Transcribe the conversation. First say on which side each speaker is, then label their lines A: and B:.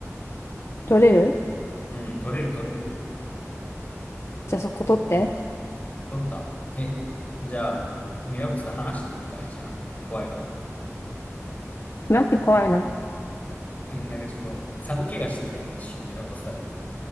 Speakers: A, on the left; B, on the left.
A: 取れる
B: うん、取れる取れる。
A: じゃあそこ取って。
B: 取った。え、じゃあ、ミラコスタ話して一回、じゃあ、怖いから。
A: なんて怖いな。
B: え、なんかちょっと寒気がしてきた今一瞬ミラコスタで。